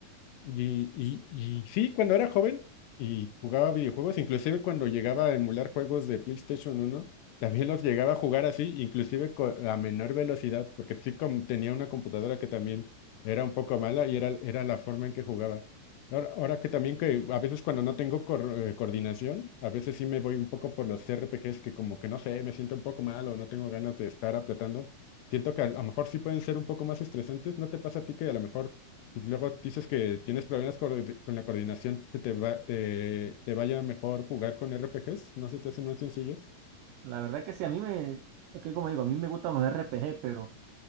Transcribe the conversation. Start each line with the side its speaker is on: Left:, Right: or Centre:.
Left: Y, y, y sí, cuando era joven y jugaba videojuegos, inclusive cuando llegaba a emular juegos de PlayStation uno también los llegaba a jugar así, inclusive co- a menor velocidad, porque sí com- tenía una computadora que también era un poco mala y era, era la forma en que jugaba. Ahora, ahora que también que a veces cuando no tengo cor- eh, coordinación, a veces sí me voy un poco por los RPGs que como que no sé, me siento un poco mal o no tengo ganas de estar apretando. Siento que a lo mejor sí pueden ser un poco más estresantes. ¿No te pasa a ti que a lo mejor y luego dices que tienes problemas coordi- con la coordinación, que te va- te, te vaya mejor jugar con RPGs, ¿no se te hacen más sencillos?
Right: La verdad que sí, a mí me, es que como digo, a mí me gustan los RPG, pero